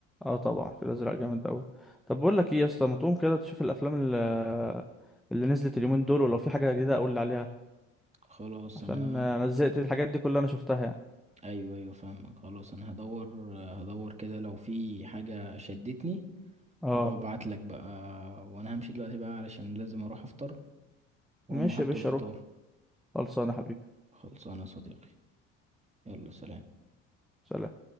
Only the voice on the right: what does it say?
خلاص
أنا
ايوه ايوه فاهمك خلاص انا هدور هدور كده لو في حاجة شدتني
هبقى ببعت لك بقى وانا همشي دلوقتي بقى علشان لازم اروح افطر وهم
حطوا
الفطار
خلصانه يا صديقي يلا سلام